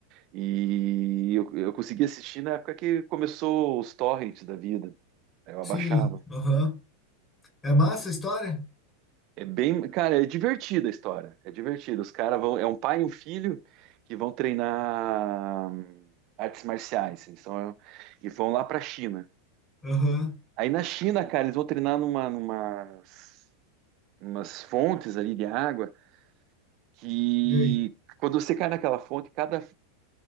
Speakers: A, on the right; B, on the left.
A: E eu, eu consegui assistir na época que começou os torrents da vida. Aí Eu
B: Sim,
A: abaixava.
B: aham. É massa a história?
A: É bem. Cara, é divertida a história. É divertida. Os caras vão. É um pai e um filho que vão treinar hum, artes marciais. Eles são, e vão lá pra China.
B: Aham.
A: Aí na China, cara, eles vão treinar numa, numas, umas fontes ali de água que
B: E aí?
A: quando você cai naquela fonte, cada,